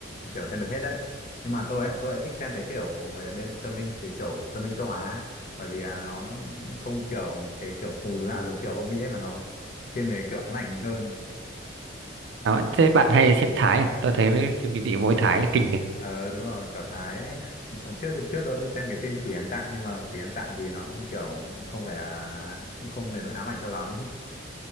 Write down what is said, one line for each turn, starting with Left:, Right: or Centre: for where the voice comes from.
Left: kiểu xem được hết đấy nhưng mà tôi ấy tôi ấy thích xem cái kiểu về bên tâm linh cái kiểu tâm linh châu Á ấy. bởi vì à, nó không kiểu cái kiểu hù dọa giống kiểu Âu Mỹ ấy mà nó thiên về kiểu ám ảnh mình hơn
Right: à, thế bạn hay xem Thái à tôi thấy mấy phim kinh dị mỗi Thái là kinh này
Left: ờ đúng rồi kiểu Thái ấy. Ờ, trước trước tôi cũng xem cái phim Quỷ Ăn Tạng nhưng mà Quỷ Ăn Tạng thì nó cũng kiểu cũng không phải là cũng không đến nỗi ám ảnh cho lắm